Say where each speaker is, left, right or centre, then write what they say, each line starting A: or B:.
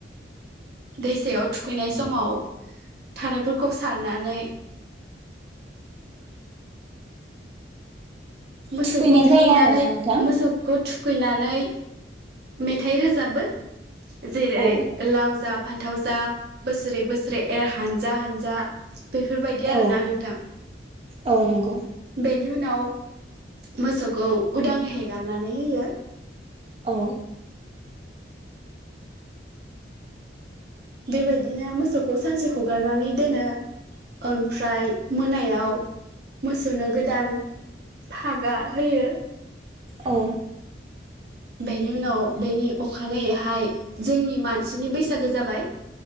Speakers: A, on the right; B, on the right.
A: दैसायाव थुखैनाय समाव थारायफोरखौ सारनानै मोसौखौ
B: थुखैनाय
A: थुखैनानै
B: जायो आरोना नोंथां
A: मोसौखौ थुख थुखैनानै मेथाइ रोजाबो जिरै
B: औ
A: लाव जा फान्थाव जा बोसोरै बोसोरै एर हानजा हानजा बेफोरबायदि आरोना
B: औ
A: नोंथां
B: औ नंगौ
A: बेनि उनाव मोसौखौ उदाङै हेगारनानै होयो
B: औ
A: बेबायदिनो मोसौखौ सानसे हगारनानै दोनो ओमफ्राय मोनायाव मोसौनो गोदान फागा होयो
B: औ
A: बेनि उनाव बेनि अखानायैहाय जोंनि मानसिनि बैसागो जाबाय